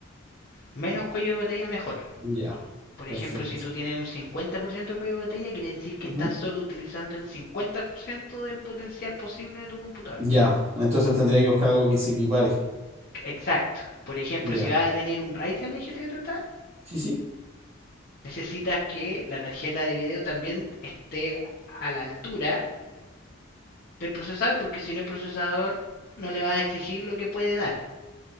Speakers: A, on the left (about 45°); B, on the right (about 30°).
A: Menos cuello de botella, mejor.
B: Ya.
A: Por
B: Perfecto.
A: ejemplo, si tú tienes un 50% de cuello de botella, quiere decir que
B: Ujú.
A: estás solo utilizando el 50% del potencial posible de tu computador.
B: Ya. Entonces tendría que buscar algo que se equipare.
A: Exacto. Por ejemplo,
B: Ya.
A: si vas a tener un Ryzen, me dijiste que te gusta,
B: Sí, sí.
A: necesitas que la tarjeta de video también esté a la altura del procesador, porque si no el procesador no le va a exigir lo que puede dar.